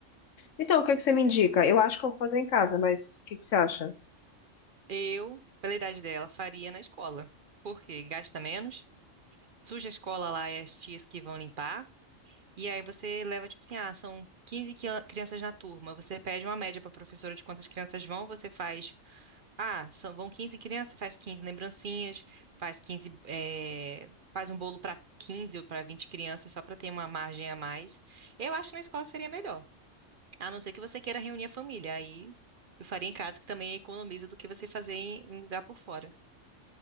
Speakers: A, on the left (about 80°); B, on the right (about 50°).
A: Então, o que que você me indica? Eu acho que eu vou fazer em casa, mas o que que você acha?
B: Eu, pela idade dela, faria na escola. Porque gasta menos, suja a escola lá e as tias que vão limpar. E aí você leva, tipo assim, ah, são 15 qui- crianças na turma. Você pede uma média para a professora de quantas crianças vão, você faz. Ah, são, vão 15 crianças, faz 15 lembrancinhas, faz 15. eh, faz um bolo para 15 ou para 20 crianças, só para ter uma margem a mais. Eu acho que na escola seria melhor. A não ser que você queira reunir a família, aí eu faria em casa, que também economiza do que você fazer em, em lugar por fora.